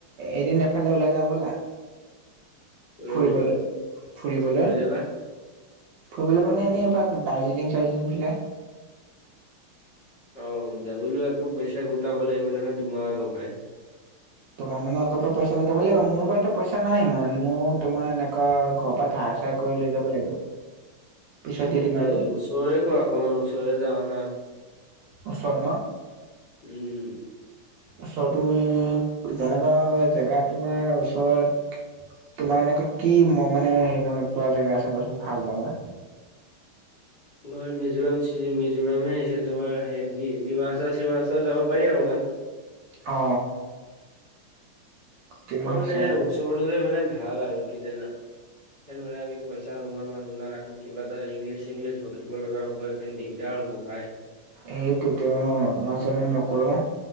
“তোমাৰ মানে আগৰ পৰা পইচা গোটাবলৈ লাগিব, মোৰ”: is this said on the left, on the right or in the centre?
Right